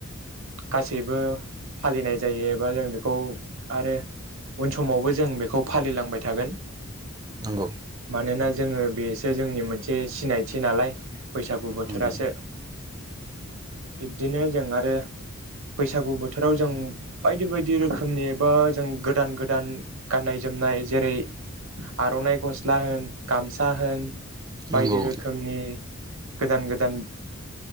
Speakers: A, on the right (about 65°); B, on the right (about 20°).
A: गासैबो फालिनाय जायो एबा जों बेखौ आरो उन समावबो जों बेखौ फालिलांबाय थागोन।
B: नंगौ।
A: मानोना जोङो बेसो जोंनि मोनसे सिनायथि नालाय बैसागु बोथोरासो
B: नंगौ
A: बिब्दिनो जोंना ओ बे बैसागु बोथोराव जों बायदि बायदि रोखोमनि बा जों गोदान गोदान गाननाय जोमनाय जेरै आर'नाइ गस्ला होन गामसा होन बायदि
B: नंगौ
A: रोखोमनि गोदान गोदान